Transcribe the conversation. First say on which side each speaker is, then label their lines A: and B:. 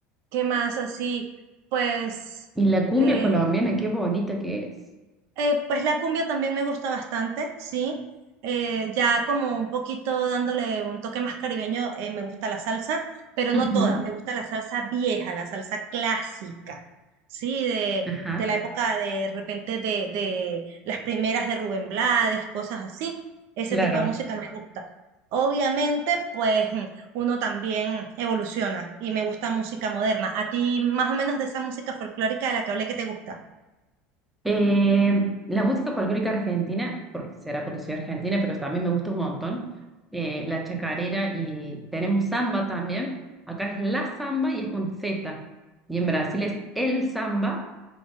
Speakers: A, on the right (about 65°); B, in the centre.
A: ¿qué más así? Pues...
B: Y la cumbia
A: eh,
B: colombiana, qué bonita que es.
A: Eh, pues la cumbia también me gusta bastante, sí. Eh, ya como un poquito dándole un toque más caribeño, eh, me gusta la salsa, pero
B: Ujú.
A: no toda. Me gusta la salsa vieja, la salsa clásica, sí, de,
B: Ajá.
A: de la época de, repente de, de las primeras de Rubén Blades, cosas así. Ese
B: Claro.
A: tipo de música me gusta. Obviamente, pues uno también evoluciona y me gusta música moderna. ¿A ti más o menos de esa música folclórica de la que hablé que te gusta?
B: Eh, la música folclórica argentina, porque será porque soy argentina, pero también me gusta un montón, eh, la chacarera y tenemos samba también. Acá es la samba y es con Z. Y en Brasil es el samba